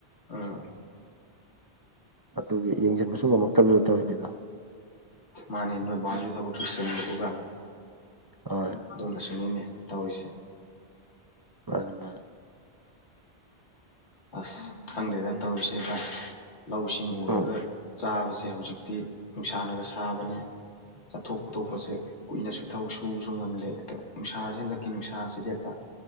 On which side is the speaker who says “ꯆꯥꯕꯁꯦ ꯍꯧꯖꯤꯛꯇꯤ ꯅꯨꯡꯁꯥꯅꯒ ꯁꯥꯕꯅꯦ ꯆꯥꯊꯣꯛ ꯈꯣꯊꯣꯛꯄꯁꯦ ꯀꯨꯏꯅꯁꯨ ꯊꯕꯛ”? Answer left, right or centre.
Left